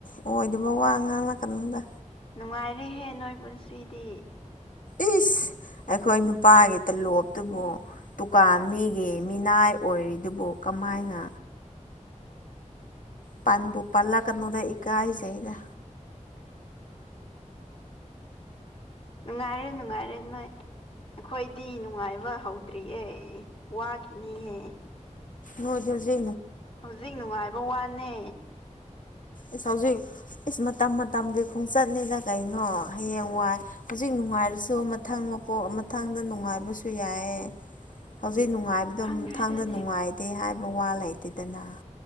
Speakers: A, on the left; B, on the left.
A: ꯑꯣꯏꯗꯕ ꯋꯥ ꯑꯉꯥꯡꯅ ꯀꯩꯅꯣꯗ
B: ꯅꯨꯡꯉꯥꯏꯔꯦꯍꯦ ꯅꯣꯏ ꯄꯨꯟꯁꯤꯗꯤ
A: ꯏ ꯑꯩꯈꯣꯏ ꯅꯨꯄꯥꯒꯤ ꯇꯂꯣꯞꯇꯨꯕꯨ ꯗꯨꯀꯥꯟ ꯃꯤꯒꯤ ꯃꯤꯅꯥꯏ ꯑꯣꯏꯔꯤꯗꯨꯕꯨ ꯀꯃꯥꯏꯅ ꯄꯟꯕꯨ ꯄꯜꯂꯛꯀꯅꯣꯗ ꯏꯀꯥꯏꯁꯤ ꯗ
B: ꯅꯨꯡꯉꯥꯏꯔꯦ ꯅꯨꯡꯉꯥꯏꯔꯦ ꯅꯣꯏ ꯑꯩꯈꯣꯏꯗꯤ ꯅꯨꯡꯉꯥꯏꯕ ꯍꯧꯗ꯭ꯔꯤꯑ ꯋꯥꯈꯤꯅꯤꯍꯦ
A: ꯍꯣꯏꯗꯁ
B: ꯍꯧꯖꯤꯛ ꯅꯨꯡꯉꯥꯏꯕ ꯋꯥꯅꯦ
A: ꯏꯁ ꯍꯧꯖꯤꯛ ꯏꯁ ꯃꯇꯝ ꯃꯇꯝꯒꯤ ꯈꯣꯡꯆꯠꯅꯤꯅ ꯀꯩꯅꯣ ꯍꯌꯦꯡ ꯋꯥꯏ ꯍꯧꯖꯤꯛ ꯅꯨꯡꯉꯥꯏꯔꯁꯨ ꯃꯊꯪ ꯃꯄꯣꯛ ꯃꯊꯪꯗ ꯅꯨꯡꯉꯥꯏꯕꯁꯨ ꯌꯥꯏꯑ ꯍꯧꯖꯤꯛ ꯅꯨꯡꯉꯥꯏꯕꯗꯣ
B: ꯈꯪꯗ꯭ꯔꯦ
A: ꯃꯊꯪꯗ
B: ꯑꯗꯨꯗꯤ
A: ꯅꯨꯡꯉꯥꯏꯗꯦ ꯍꯥꯏꯕ ꯋꯥ ꯂꯩꯇꯦꯗꯅ